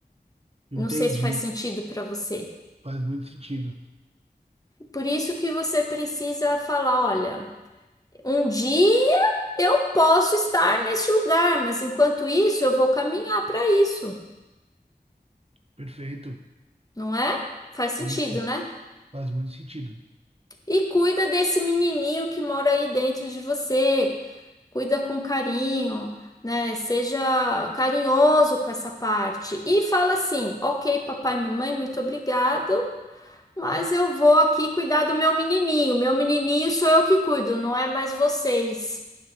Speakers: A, on the right; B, on the left.
A: Entendi.
B: Não sei se faz sentido para você.
A: Faz muito sentido.
B: Por isso que você precisa falar, olha, um dia eu posso estar neste lugar, mas enquanto isso eu vou caminhar para isso,
A: Perfeito.
B: não é? Faz sentido,
A: Isso.
B: né?
A: Faz muito sentido.
B: E cuida desse menininho que mora aí dentro de você. cuida com carinho, né? Seja carinhoso com essa parte. E fala assim: ok, papai e mamãe, muito obrigado, mas eu vou aqui cuidar do meu menininho. Meu menininho sou eu que cuido, não é mais vocês,